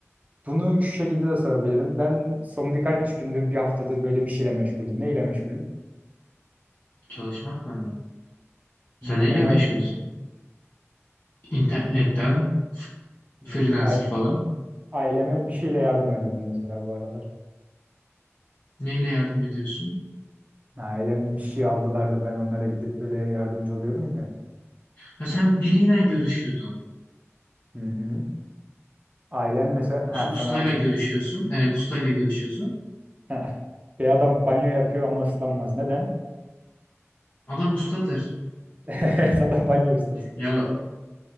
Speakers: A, on the right; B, on the left.
A: Bunu şu şekilde de sorabilirim. Ben son birkaç gündür, bir haftadır böyle bir şeyle meşguldüm. Neyle meşgulüm?
B: çalışmak mı? onlar? Sen
A: Bilmiyorum
B: neyle
A: ama nerede
B: meşgulsün?
A: çalışıyorum?
B: İnternetten, f- freelancer
A: Yok. Aile,
B: falan.
A: aileme bir şeyle yardım ediyorum mesela bu aralar.
B: Neyle yardım ediyorsun?
A: Ailem bir şey aldılar da ben onlara gidip böyle yardımcı oluyorum ya.
B: Ha, sen biriyle görüşüyordun.
A: Hı hı. Ailen mesela,
B: Us-
A: ha
B: ustayla
A: sana ablan,
B: görüşüyorsun. Evet ustayla görüşüyorsun.
A: Heh. Bir adam banyo yapıyor ama ıslanmaz. Neden?
B: Adam ustadır.
A: <laughs> Evet, adam banyo ustası.
B: Ya